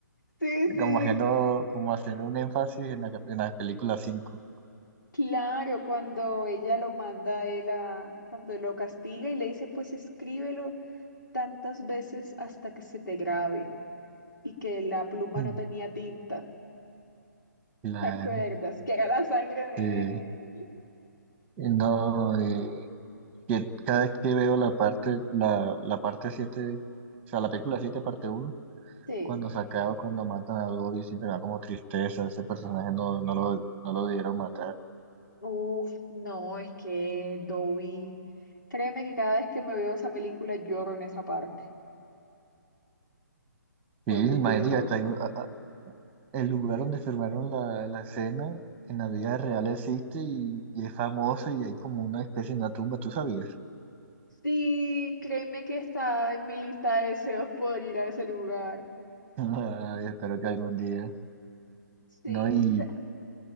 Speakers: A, on the left; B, on the right.
A: Sí, sí.
B: como haciendo, como haciendo un énfasis en la, en la película cinco
A: Claro, cuando ella lo manda a él a, cuando lo castiga y le dice, pues escríbelo tantas veces hasta que se te grabe y que la pluma
B: Mm.
A: no tenía tinta.
B: Claro,
A: ¿Te acuerdas? Que era la sangre de
B: sí.
A: él.
B: Y No, y que cada vez que veo la parte, la, la parte siete o sea, la película 7 parte uno
A: Sí.
B: cuando sacaba, cuando matan a Dobby, siempre me da como tristeza, ese personaje no, no lo, no lo dieron matar.
A: Uf, no, es que Dobby, créeme que cada vez que me veo esa película lloro en esa parte. Fue
B: Sí,
A: muy
B: imagínate,
A: duro.
B: hasta hay un- a- a- el lugar donde firmaron la, la escena en la vida real existe y, y es famoso y hay como una especie de una tumba, ¿tú sabías?
A: Sí, créeme que está en mi lista de deseos poder ir a ese lugar.
B: <laughs> Ay, espero que algún día.
A: Sí,
B: No, y,
A: y, sa-